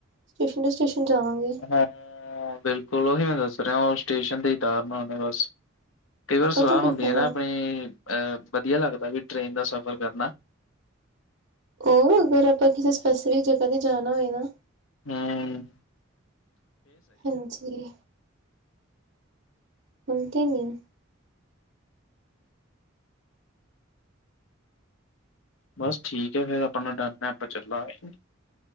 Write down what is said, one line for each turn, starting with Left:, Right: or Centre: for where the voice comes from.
Right: ਸਟੇਸ਼ਨ ਤੋਂ ਸਟੇਸ਼ਨ ਜਾਵਾਂਗੇ।
Left: ਹਾਂ, ਬਿਲਕੁਲ ਉਹੀ ਮੈਂ ਦੱਸ ਰਿਆ ਉਹ ਸਟੇਸ਼ਨ ਤੇ ਹੀ ਤਾਰਨਾ ਓਨੇ ਬਸ। ਕਈ ਵਾਰ ਸਲਾਹ
Right: ਉਹਦਾ ਕੋਈ
Left: ਹੁੰਦੀ
Right: ਫਾਇਦਾ
Left: ਹੈ ਨਾ
Right: ਨਹੀਂ
Left: ਆਪਣੀ ਅ ਵਧੀਆ ਲੱਗਦਾ ਵੀ ਟੇਨ ਦਾ ਸਫ਼ਰ ਕਰਨਾ।
Right: ਕੋ ਅਗਰ ਆਪਾਂ ਕਿਸੇ ਸਪੇਸਵੀ ਜਗ੍ਹਾ ਤੇ ਜਾਣਾ ਹੋਏ ਨਾ
Left: ਹੂੰ।
Right: ਹਾਂਜੀ ਹੁਣ ਤਾਂ ਨੀ।
Left: ਬਸ ਠੀਕ ਐ ਫੇਰ ਆਪਣਾ ਡਨ ਐ ਆਪਾਂ ਚੱਲਾਂਗੇ।